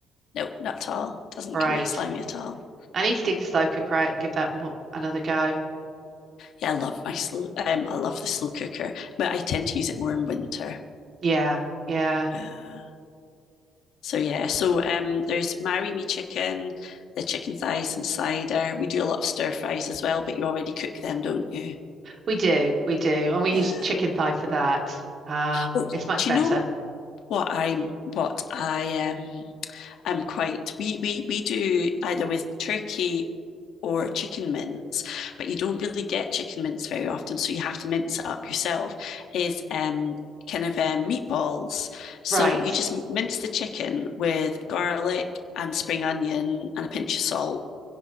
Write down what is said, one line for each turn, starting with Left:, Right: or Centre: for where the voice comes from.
Left: no, not at all. Doesn't
Right: Right.
Left: come out slimy at all.
Right: I need to dig the slow cooker out and give that mo another go.
Left: Yeah, I love my slow. Um, I love the slow cooker, but I tend to use it more in winter.
Right: Yeah. Yeah.
Left: Uh, so yeah, so um, there's marry me chicken, the chicken thighs and cider. We do a lot of stir fries as well, but you already cook them, don't you?
Right: We do. We do. And we use
Left: Yeah.
Right: chicken thigh for that. Um,
Left: Oh,
Right: it's much
Left: do
Right: better.
Left: you know what I'm? What I um I'm quite we we we do either with turkey or chicken mince, but you don't really get chicken mince very often, so you have to mince it up yourself. Is um kind of um, meatballs. So
Right: Right.
Left: you just mince the chicken with garlic and spring onion and a pinch of salt,